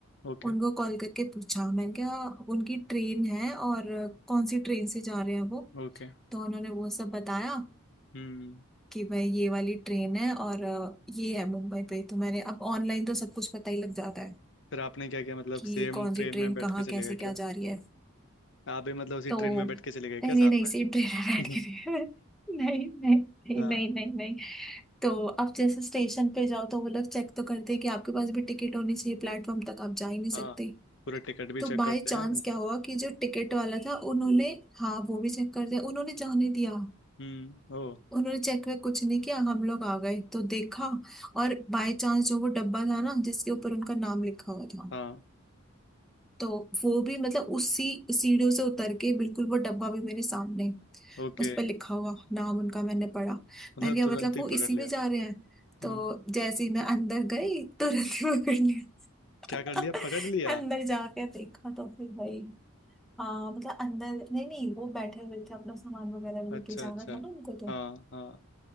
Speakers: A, on the left (about 55°); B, in the centre.
A: ओके
B: उनको कॉल करके पूछा मैंने कहा उनकी ट्रेन है और अ, कौन सी ट्रेन से जा रहे हैं वो
A: ओके
B: तो उन्होंने वो सब बताया
A: हम्म
B: कि भाई ये वाली ट्रेन है और अ, ये है मुंबई पे तो मैंने अब ऑनलाइन तो सब कुछ पता ही लग जाता है
A: फिर आपने क्या किया मतलब
B: कि
A: सेम
B: कौन
A: ट्रेन
B: सी ट्रेन
A: में बैठ
B: कहाँ
A: के चले
B: कैसे
A: गए
B: क्या
A: क्या
B: जा रही है
A: आप भी मतलब उसी
B: तो
A: ट्रेन में बैठ के चले गए क्या
B: नहीं
A: साथ
B: नहीं नहीं
A: में
B: सेम ट्रेन में बैठ
A: <laughs>
B: के नहीं <laughs> नहीं नहीं नहीं
A: हाँ
B: नहीं नहीं नहीं तो अब जैसे स्टेशन पे जाओ तो वो लोग चेक तो करते हैं कि आपके पास भी टिकट होनी चाहिए प्लेटफॉर्म तक आप जा ही नहीं सकते
A: हाँ पूरा टिकट भी
B: तो
A: चेक
B: बाय
A: करते
B: चांस
A: हैं हम्म
B: क्या हुआ कि जो टिकट वाला था उन्होंने हाँ वो भी चेक कर दिया उन्होंने जाने दिया
A: हम्म, ओ
B: उन्होंने चेक वेक कुछ नहीं किया हम लोग आ गए तो देखा और बाय चांस जो वो डब्बा था ना जिसके ऊपर उनका नाम लिखा हुआ था
A: हाँ
B: तो वो भी मतलब उसी सीढ़ियों से उतर के बिल्कुल वो डब्बा भी मेरे सामने
A: ओके
B: उस पर लिखा हुआ नाम उनका मैंने पढ़ा
A: मतलब
B: मैंने कहा
A: तुरंत
B: मतलब
A: ही
B: वो
A: पकड़
B: इसी
A: लिया
B: में जा रहे हैं
A: हम्म
B: तो जैसे ही मैं अंदर गई तुरंत ही पकड़
A: क्या
B: लिया
A: कर लिया
B: <laughs>
A: पकड़ लिया
B: अंदर जाके देखा तो फिर भाई हाँ मतलब अंदर नहीं नहीं वो बैठे हुए थे अपना सामान वगैरह लेके
A: अच्छा
B: जाना
A: अच्छा
B: था ना उनको तो
A: हाँ हाँ